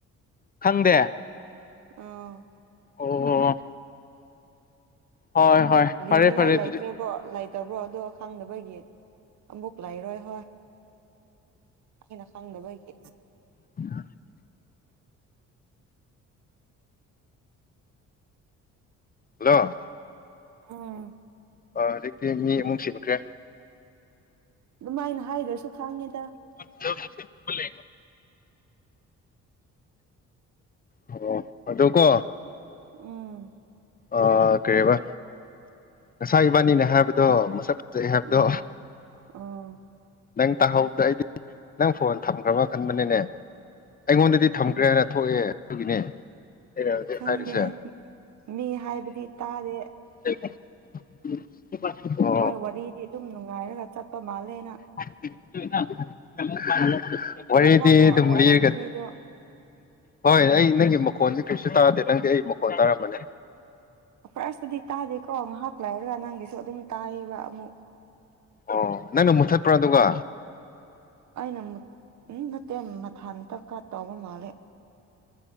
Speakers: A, on the left (about 30°); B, on the right (about 65°).
A: ꯈꯪꯗꯦ
B: ꯑꯥꯎ
A: ꯑꯣ ꯍꯣꯏ ꯍꯣꯏ ꯐꯔꯦ
B: ꯂꯤꯅꯤꯡꯉꯥꯏ
A: ꯐꯔꯦ
B: ꯂꯩꯇ꯭ꯔꯕꯣ
A: ꯑꯗꯨꯗꯤ
B: ꯂꯩꯇꯕ꯭ꯔꯣ ꯑꯗꯨ ꯈꯪꯗꯕꯒꯤ ꯑꯃꯨꯛ ꯂꯩꯔꯣꯏ ꯍꯣꯏ ꯑꯈꯣꯏꯅ ꯈꯪꯗꯕꯒꯤ
A: <inaudible> ꯍꯜꯂꯣ
B: ꯎꯝ
A: ꯑꯥ ꯍꯧꯖꯤꯛꯇꯤ ꯃꯤ ꯑꯃꯨꯛ ꯁꯤꯟꯈ꯭ꯔꯦ
B: ꯑꯗꯨꯃꯥꯏꯅ ꯍꯥꯏꯗ꯭ꯔꯁꯨ ꯈꯪꯉꯤꯗ
A: <unintelligible> ꯑꯣ ꯑꯗꯣ ꯀꯣ
B: ꯎꯝ
A: ꯑꯥ ꯀꯩꯔꯤꯕ ꯉꯁꯥꯏ ꯏꯕꯥꯅꯤꯅ ꯍꯥꯏꯕꯗꯣ ꯃꯁꯛ ꯐꯖꯩ ꯍꯥꯏꯕꯗꯣ
B: ꯎꯝ ꯑꯣ
A: ꯅꯪ ꯇꯥꯍꯧꯗ ꯑꯩꯗꯤ ꯅꯪ ꯐꯣꯟ ꯊꯝꯈ꯭ꯔꯕ ꯈꯟꯕꯅꯤꯅꯦ ꯑꯩꯉꯣꯟꯗꯗꯤ ꯊꯝꯈ꯭ꯔꯦ ꯍꯥꯏꯅ ꯊꯣꯛꯑꯦ ꯑꯗꯨꯒꯤꯅꯦ ꯑꯩꯅ ꯍꯧꯖꯤꯛ
B: ꯈꯪꯗꯦ
A: ꯍꯥꯏꯔꯤꯁꯦ
B: ꯃꯤ ꯍꯥꯏꯕꯗꯤ ꯇꯥꯗꯦ
A: ꯍ <unintelligible> <inaudible>
B: ꯃꯥꯏ ꯋꯥꯔꯤꯗꯤ ꯑꯗꯨꯝ ꯅꯨꯡꯉꯥꯏꯔꯒ ꯆꯠꯄ ꯃꯥꯜꯂꯦ ꯅꯪ
A: <unintelligible> ꯋꯥꯔꯤꯗꯤ
B: ꯅꯦꯠꯋꯥꯛꯅ
A: ꯑꯗꯨꯝ
B: ꯑꯣꯏꯔꯝꯒꯅꯤ
A: ꯂꯤꯒ
B: ꯑꯗꯣ
A: ꯍꯣꯏ ꯑꯩ ꯅꯪꯒꯤ ꯃꯈꯣꯟꯁꯦ ꯀꯔꯤꯁꯨ ꯇꯥꯗꯦ ꯅꯪꯗꯤ ꯑꯩ ꯃꯈꯣꯟ ꯇꯥꯔꯝꯕꯅꯦ
B: ꯐꯥꯔꯁꯇꯗꯤ ꯇꯥꯗꯦꯀꯣ ꯉꯥꯏꯍꯥꯛ ꯂꯩꯥꯏꯔꯒ ꯅꯪꯒꯤꯁꯨ ꯑꯗꯨꯝ ꯇꯥꯏꯌꯦꯕ ꯑꯃꯨꯛ
A: ꯑꯣ ꯅꯪꯅ ꯃꯨꯠꯊꯠꯄ꯭ꯔꯥ ꯑꯗꯨꯒ
B: ꯑꯩꯅ ꯃꯨꯠ ꯑꯝ ꯅꯠꯇꯦ ꯃꯊꯟꯇ ꯀꯥꯠ ꯇꯧꯕ ꯃꯥꯜꯂꯦ